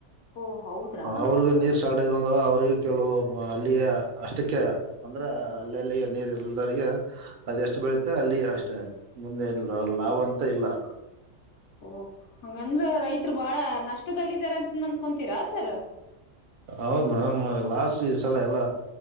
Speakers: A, on the left; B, on the right.
A: ಓ ಹೌದ್ರಾ
B: ಅವ್ರಗ ನೀರ್ ಸಳ ಬಂದ ಅವರಿಗೆ ಕೆಲವು ಅಲ್ಲಿಯ ಅಷ್ಟಕ್ಕೆ ಅಂದ್ರೆ ಅಲ್ಲಿ ಅಲ್ಲಿ ನೀರ್ ಇಲ್ದರಿಗೆ ಅದೆ ಎಷ್ಟು ಬೆಳಿತ ಅಲ್ಲಿ ಅಷ್ಟೇ ಮುಂದೆ ಏನ ಅವ್ರ ಲಾಭ ಅಂತ ಇಲ್ಲ
A: ಓ ಹಂಗಂದ್ರ ರೈತರು ಬಾಳ ನಷ್ಟದಲ್ಲಾರ ಅಂತ ಅಂದ್ಕೊಂತೀರಾ ಸರ್
B: ಹೌದ್ ಮೇಡಮ್ ಲಾಸ್ಟ್ ಈ ಸಲ ಎಲ್ಲ